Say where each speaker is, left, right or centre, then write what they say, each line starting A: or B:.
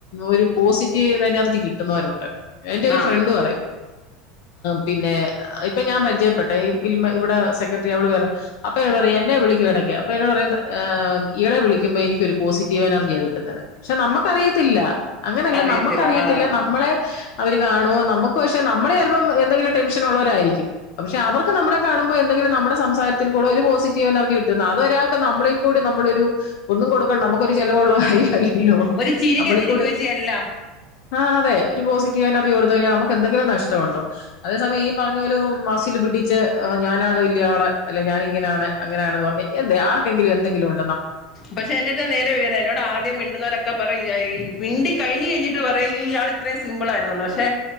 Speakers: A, on the left (about 60°); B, on the left (about 40°).
A: ഒരു പോസിറ്റീവ് എനർജി കിട്ടുന്നവരുണ്ട്. എന്റെ ഒരു
B: ആഹ്
A: ഫ്രണ്ട് പറയും പിന്നെ ഇപ്പൊ ഞാൻ പരി <unintelligible> ഇവിടെ സെക്രട്ടറി അവള് വറെ അപ്പൊ എന്നോട് പറയാ എന്നെ വിളി കടക്കെ അപ്പൊ എന്നോട് പറ ഇയാളെ വിളിക്കുമ്പോ എനിക്ക് ഒരു പോസിറ്റീവ് എനർജിയാ കി ക്ഷെ നമ്മുക്കറിയത്തില്ല അങ്ങനെയല്ല
B: അറിയത്തില്ല
A: നമ്മുക്കറിയത്തില്ല
B: അതാണ്
A: നമ്മളെ. അവര് കാണുമോ നമുക്ക് പക്ഷെ നമ്മളെ ഇപ്പം എന്തെങ്കിലും ടെൻഷൻ ഉളവരയിരിക്കുംപക്ഷെ അവർക്ക് നമ്മളെ കാണുമ്പോ എന്തെങ്കിലും നമ്മുടെ സംസാരത്തിൽ കൂടെ ഒരു പോസിറ്റീവ്. എനർജി കിട്ടുന്ന അത് ഒരാൾക്ക് നമ്മളിൽ കൂടി നമ്മളൊരു ഒന്നും കൊടുക്ക നമുക്കൊരു ചെലവൊള്ള കാര്യല്ലല്ലോ
B: ഒരു ചിരിക്കത്തിരിക്കും
A: നമ്മളികൂടെ
B: ചേച്ചി എല്ലാം
A: ആഹ അതെ ഒരു പോസിറ്റീവ് എനർജി കൊടുത്ത കഴിഞ്ഞൽ, നമുക്ക് എന്തെിലും നഷ്ടമുണ്ടോ? അതേ സമയ ഈ പറഞ്ഞ പോല മസ്സിൽ പിട്ടി. ച്ച് ഞാനാണ് വല്യ ആള് അല്ലേ ഞാൻ ഇങ്ങനണ് അങ്ങനെയണന്ന് പറഞ് എന്ത്‌ ആർക്കെങ്കിലും എന്തെങ്കിലും ഒ
B: പക്ഷെ എന്റെടു നേരെ വര എന്നോട് ആദ്യം മിണ്ടുന്നവരൊക്കെ പറയായി മിണ്ടി കഴിഞ്ഞ് കഴിഞ്ഞിട്ട് പറയും ഇയോ ഇയാൾ ഇത്രം സിമ്പിൾ ആരുന്നുന്ന് പക്ഷെ